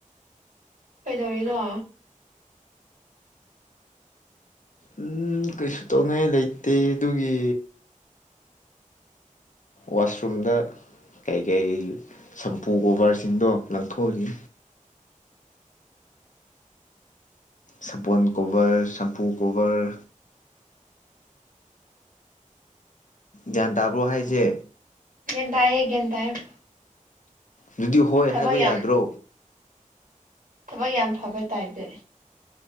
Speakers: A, on the right; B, on the left.
A: ꯀꯩꯗꯧꯔꯤꯅꯣ
B: ꯎꯝ ꯀꯩꯁꯨ ꯇꯧꯅꯤꯡꯉꯥꯏ ꯂꯩꯇꯦ ꯑꯗꯨꯒꯤ ꯋꯥꯁꯔꯨꯝꯗ ꯀꯩꯀꯩ ꯁꯝꯄꯨ ꯀꯣꯕꯔꯁꯤꯡꯗꯣ ꯂꯪꯊꯣꯛꯎꯏ ꯁꯄꯣꯟ ꯀꯣꯕꯔ ꯁꯝꯄꯨ ꯀꯣꯕꯔ ꯒ꯭ꯌꯥꯟ ꯇꯥꯕ꯭ꯔꯣ ꯍꯥꯏꯁꯦ
A: ꯒ꯭ꯌꯥꯟ ꯇꯥꯏꯌꯦ ꯒ꯭ꯌꯥꯟ ꯇꯥꯏꯌꯦ
B: ꯑꯗꯨꯗꯤ ꯍꯣꯏ
A: ꯊꯕꯛ
B: ꯍꯥꯏꯕ
A: ꯌꯥꯝ
B: ꯌꯥꯗ꯭ꯔꯣ
A: ꯊꯕꯛ ꯌꯥꯝ ꯐꯕꯥ ꯇꯥꯏꯞꯇ